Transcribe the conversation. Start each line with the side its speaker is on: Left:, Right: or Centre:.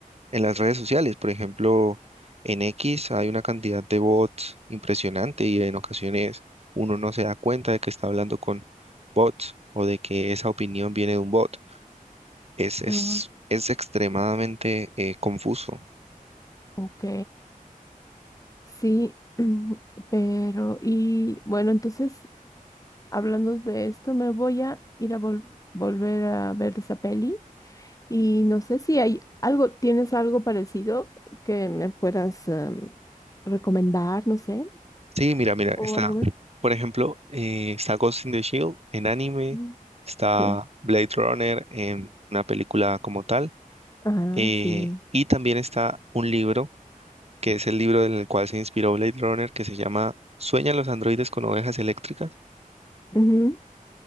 Right: en las redes sociales, por ejemplo, en X hay una cantidad de bots impresionante y en ocasiones uno no se da cuenta de que está hablando con bots o de que esa opinión viene de un bot. Es, es,
Left: Ah,
Right: es extremadamente eh, confuso.
Left: ok, sí, <clears throat> pero y bueno, entonces hablando de esto, me voy a ir a vol- volver a ver esa peli Y no sé si hay algo, ¿tienes algo parecido que me puedas em, recomendar, no sé,
Right: Sí, mira, mira,
Left: o
Right: está,
Left: algo más?
Right: por ejemplo, eh, está Ghost in the Shield en anime,
Left: Mm,
Right: está
Left: Sí.
Right: Blade Runner en una película como tal.
Left: ah
Right: Eh,
Left: sí.
Right: y también está un libro, que es el libro en el cual se inspiró Blade Runner, que se llama ¿Sueñan los androides con ovejas eléctricas?
Left: Ujú.